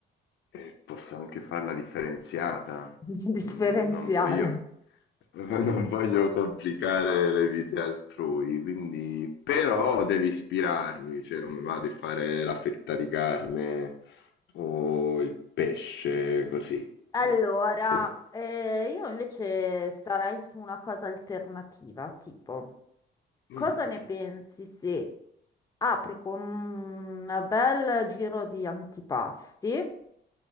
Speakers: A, on the left; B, on the left.
A: eh, posso anche farla differenziata.
B: <laughs> Differenziale.
A: Mm, Non voglio, <laughs> non voglio complicare le vite altrui, quindi però devi ispirarmi, cioè non mi va di fare la fetta di carne o il pesce così.
B: Allora,
A: Va, se-
B: eh, io invece starei su una cosa alternativa, tipo,
A: Mm.
B: cosa ne pensi se apri con un bel giro di antipasti